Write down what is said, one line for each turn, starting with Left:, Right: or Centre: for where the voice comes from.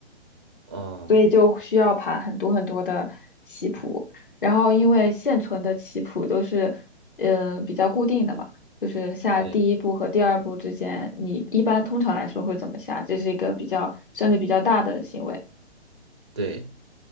Right: 哦，
Left: 所以就需要盘很多很多的棋谱。然后因为现存的棋谱都是嗯、呃比较固定的嘛，就是下第一步和第二步之间，
Right: 对
Left: 你一般通常来说会怎么下？这是一个比较胜率比较大的行为。
Right: 对。